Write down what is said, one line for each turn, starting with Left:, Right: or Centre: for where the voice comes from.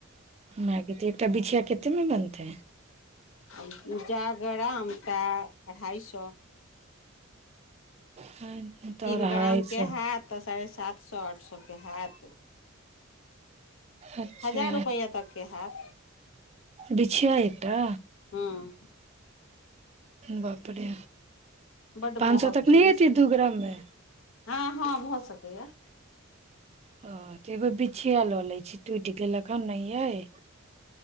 Right: मैगी त त बिछिया केतेमे बनतै
Left: <inaudible> जा गरामता अढ़ाइ सौ
Right: हँ, तऽ
Left: तीन
Right: अढ़ाइ
Left: ग्राम केँ
Right: सए
Left: हैत साढ़े सात साठ सौ केँ हैत
Right: अच्छा
Left: हजार रुपैआ तक केँ हैत
Right: बिछिया एकटा
Left: हूँ
Right: बाप रे
Left: बड्ड
Right: पाँच
Left: महग
Right: सौ तक
Left: छै
Right: नहि
Left: ने
Right: हेतय दू ग्राम कें
Left: हँ हँ भ सकैए
Right: हँ त एगो बिछिया ल लैत छी टूटि गेल हन नहि यै